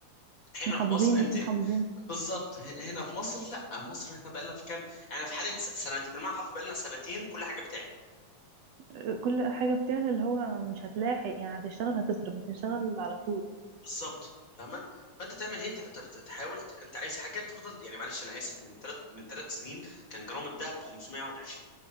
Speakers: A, on the left (about 35°); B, on the right (about 75°).
A: هنا
B: محافظين
A: في مصر انت
B: محافظين
A: بالظبط ه- هنا في مصر لا مصر احنا بقالنا في كام يعني في حاله س- سنتين بالمعنى الحرفي بقالنا سنتين كل حاجه بتعلى
B: آه، كل حاجه بتعلى اللي هو مش هتلاحق يعني هتشتغل هتصرف هتشتغل على طول
A: بالظبط فاهمه فانت تعمل ايه انت بت- بت- بتحاول ت- انت عايز حاجه تفضل يعني معلش انا اسف من ثلاث من ثلاث سنين كان جرام الذهب ب 521